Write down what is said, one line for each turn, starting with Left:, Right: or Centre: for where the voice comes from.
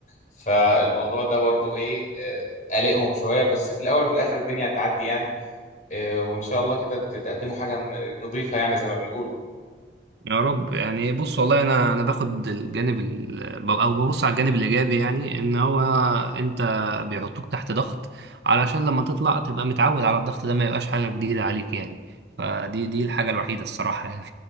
Left: فالموضوع ده برضو ايه آه، قلقهم شويه بس في الاول وفي الاخر الدنيا هتعدي يعني آه، وان شاء الله كده تقدموا حاجه نظيفه يعني زي ما بيقولوا
Right: يا رب يعني بص والله انا انا باخد الجانب ال... او ببص على الجانب الايجابي يعني ان هو انت بيحطوك تحت ضغط علشان لما تطلع تبقى متعود على الضغط ده ما يبقاش حاجه جديده عليك يعني فدي دي الحاجه الوحيده الصراحه يعني